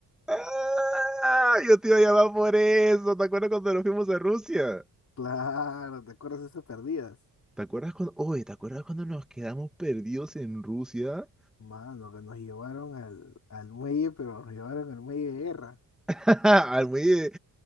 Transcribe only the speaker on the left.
Claro, ¿te acuerdas de esas perdidas?
Mano, que nos llevaron al, al muelle, pero nos llevaron al muelle de guerra.